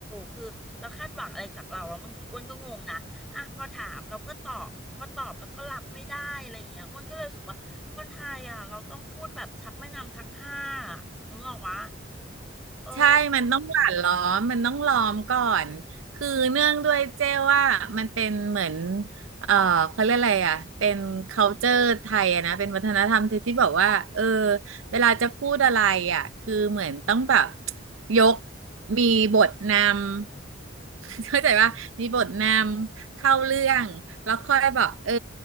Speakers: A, in the centre; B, on the right (about 85°).
A: คือเราคาดหวังอะไรจากเราแล้วบางทีอ้วนก็งงนะอ่ะพอถามเราก็ตอบพอตอบแล้วก็รับไม่ได้อะไรอย่างเงี้ยอ้วนก็เลยรู้สึกว่าคนไทยอ่ะเราต้องพูดแบบชักแม่น้ำทั้งห้าอะนึกออกวะเออ
B: ใช่มันต้องหวานล้อมมันต้องล้อมก่อนคือเนื่องด้วยเจ้ว่ามันเป็นเหมือนเออเขาเรียกอะไรอ่ะเป็น culture ไทยอะนะเป็นวัฒนธรรมไทยที่บอกว่าเออเวลาจะพูดอะไรอ่ะคือเหมือนต้องแบบยกมีบทนำ <laughs> เข้าใจว่ามีบทนำ เข้าเรื่องแล้วค่อยบอกเออ